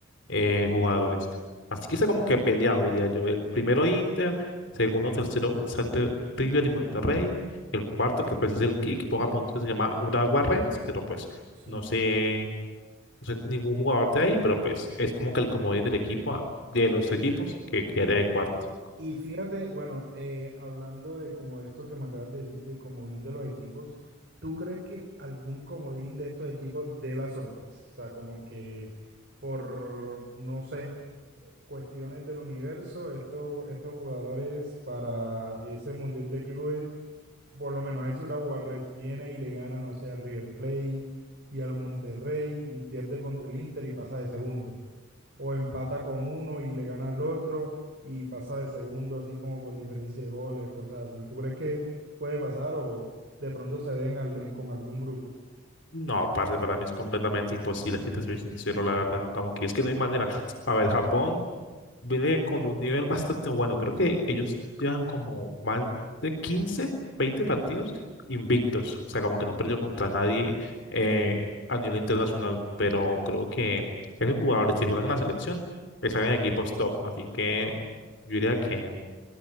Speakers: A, on the left (about 60°); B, on the right (about 55°).
A: eh, jugadores. Así que está como que peleado, diría yo. El primero Inter, segundo, tercero, un Santa- River y Monterrey. El cuarto, que pues es el equi- equipo japonés que se llama Urawa Reds, pero pues
B: Sí.
A: no sé no soy ningún jugador de ahí, pero pues es como que el comodín del equipo, ah, de los equipos, que quede de cuarto.
B: Y fíjate, bueno, eh, hablando de como esto que me acabas de decir, de comodín de los equipos, ¿tú crees que algún comodín de estos equipos dé la sorpresa? O sea, como que por, no sé, cuestiones del universo, estos, estos jugadores para ese Mundial de Clubes, por lo menos ese Urawa Reds viene y le gana, no sé, al River Plate y al Monterrey y pierde contra el Inter y pasa de segundo o empata con uno y le gana al otro y pasa de segundo así como por diferencia de goles, cosas así. ¿Tú crees que puede pasar o de pronto se den al- en- con algún grupo?
A: No, parce, para mí es completamente imposible, si te soy sincero, la verdad. Como que es que no hay manera. A ver, Japón viene con un nivel bastante bueno. Creo que ellos llevan como más de 15, 20 partidos invictos. O sea, como que no han perdido contra nadie eh, a nivel internacional. Pero creo que esos jugadores, si juegan en la selección, están en equipos top. Así que yo diría que